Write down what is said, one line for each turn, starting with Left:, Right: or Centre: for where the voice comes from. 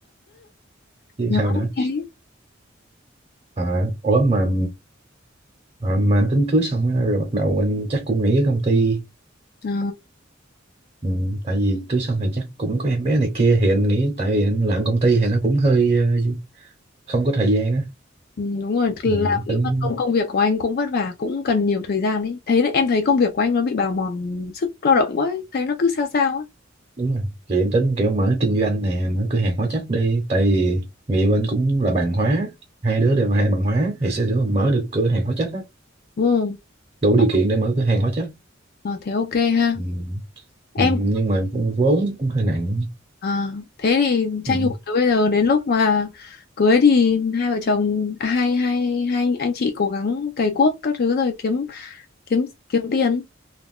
Right: chứ
Left: Nó
Right: sao nữa.
Left: như thế.
Right: À, ủa mà Ờ, mà anh tính cưới xong á, rồi bắt đầu anh chắc cũng nghỉ ở công ty
Left: Ờ,
Right: ừ, tại vì cưới xong thì chắc cũng có em bé này kia thì anh nghĩ tại vì anh làm công ty thì nó cũng hơi ờ, không có thời gian á
Left: ừ, đúng rồi, thì
Right: ừ,
Left: làm nếu
Right: tính
Left: mà công công việc của anh cũng vất vả, cũng cần nhiều thời gian ấy. Thấy đấy, em thấy công việc của anh nó bị bào mòn sức lao động quá ấy. Thấy nó cứ sao sao ấy.
Right: đúng rồi thì em tính kiểu mở kinh doanh nè mở cửa hàng hóa chất đi tại vì người yêu anh cũng là bằng hóa hai đứa đều là hai bằng hóa thì sẽ được mở được cửa hàng hóa chất á
Left: Ừ.
Right: đủ điều
Left: Ờ,
Right: kiện để mở cửa hàng hóa chất
Left: ờ, thế ok ha.
Right: ừ.
Left: Em
Right: Ừ, nhưng mà vốn cũng hơi nặng
Left: Ờ, thế thì tranh
Right: ừ.
Left: thủ từ bây giờ đến lúc mà cưới thì hai vợ chồng à, hai hai hai anh chị cố gắng cày cuốc các thứ rồi kiếm kiếm kiếm tiền.